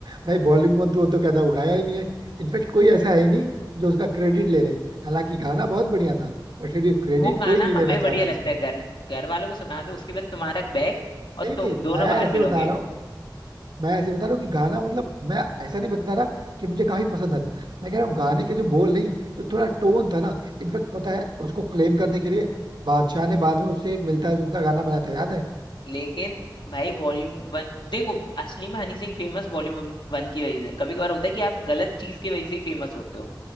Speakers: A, on the right; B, on the left.
A: भाई बॉलीवुड वो तो कहता है वो गाया ही नहीं है इनफेक्ट कोई ऐसा है ही नहीं जो उसका क्रेडिट ले ले हालांकि गाना बहुत बढ़िया था बट फिर भी क्रेडिट
B: वो गाना
A: कोई नहीं लेना
B: हमें
A: चाहता
B: बढ़िया लगता
A: उसका
B: है घर घर वालों को सुना दो उसके बाद तुम्हारा बैग और
A: नहीं
B: तुम
A: नहीं
B: दोनों
A: मैं
B: बाहर
A: ऐसे
B: मिलोगे
A: बता रहा हूँ मैं ऐसे बता रहा हूँ कि गाना मतलब मैं ऐसा नहीं बता रहा कि मुझे काफी पसंद आता मैं कह रहा हूँ गाने के जो बोल नहीं जो थोड़ा टोन था ना इनफेक्ट पता है उसको क्लेम करने के लिए बादशाह ने बाद में उससे एक मिलता जुलता गाना बनाया था याद है
B: लेकिन भाई वॉल्यूम वन देखो असली में हनी सिंह फेमस वॉल्यूम वन की वजह से कभी कभार होता है कि आप गलत चीज की वजह से ही फेमस होते हो